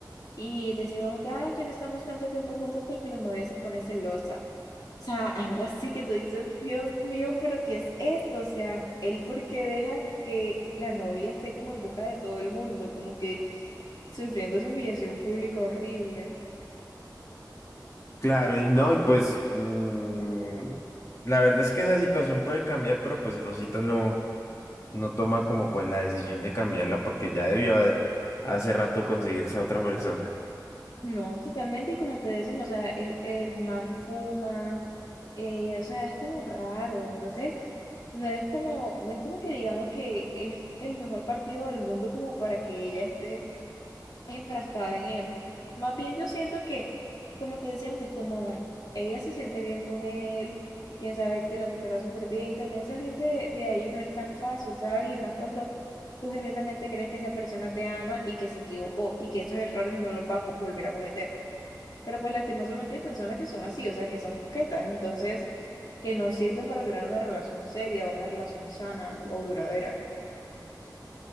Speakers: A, on the left; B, on the left.
A: y decía como que, ay, ya no estamos tanto tiempo juntos porque la novia se pone celosa. O sea, algo así que tú dices, Dios mío, pero ¿qué es esto? O sea, él porque deja que la novia esté como en boca de todo el mundo, como que sufriendo esa humillación pública horrible.
B: Claro, y no, y pues mm, la verdad es que esa situación puede cambiar, pero pues Rosita no, no toma como pues la decisión de cambiarla porque ya debió de- hace rato conseguirse a otra persona.
A: No, totalmente, y como te decimos, o sea, el, el man fuma, eh, o sea, es como raro, entonces no es como, no es como que digamos que es el mejor partido del mundo como para que ella esté enfrascada en él. Más bien yo siento que, como te decía antes, como ella se siente bien con él, quién sabe que la tratará súper bien y también salir de, de ahí no es tan fácil, ¿sabes? Y más cuando tú genuinamente crees que esa persona te ama y que se equivocó y que esos errores no los va a co- volver a cometer. Pero pues lastimosamente hay personas que son así, o sea, que son coquetas, entonces que no sirven para tener una relación seria o una relación sana o duradera.